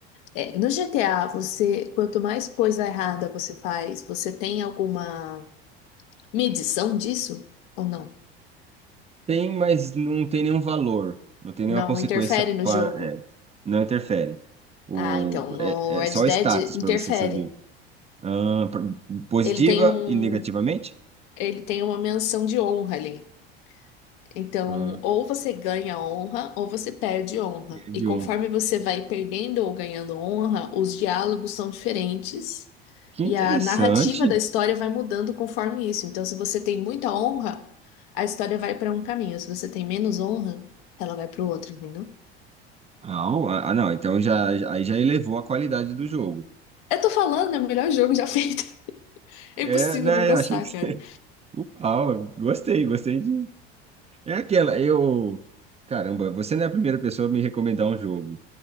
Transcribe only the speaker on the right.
Tem, mas não tem nenhum valor, não tem nenhuma
consequência
para,
é, não interfere. O,
é,
é só
status
para você saber. Ah, pra- positiva
e negativamente?
Ah,
entendi
um.
Que
interessante.
Ah, o- ah, não, então já, já- aí já elevou a qualidade do jogo.
É,
né,
eu achei que
você... <laughs> Uau, gostei, gostei de... É aquela, eu... Caramba, você não é a primeira pessoa a me recomendar um jogo,